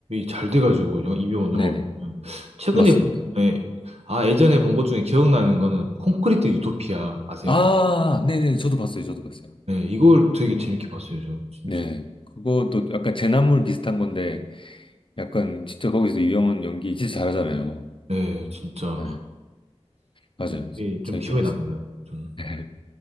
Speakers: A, on the right; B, on the left.
A: 잘 돼가지고 영- 이병헌
B: 네네,
A: 영화 보면. 최근에
B: 맞습니다.
A: 네, 아 예전에 본 것 중에 기억나는 거는 콘크리트 유토피아 아세요?
B: 아, 네네, 저도 봤어요, 저도 봤어요.
A: 네, 이걸 되게 재밌게 봤어요, 저 진짜.
B: 네, 그것도 약간 재난물 비슷한 건데 약간 진짜 거기서 유영은 연기 진짜 잘하잖아요.
A: 네, 진짜
B: 네, 맞아요,
A: 이게 좀
B: 재밌게
A: 기억에
B: 봤어요.
A: 남네요. 저는.
B: <laughs>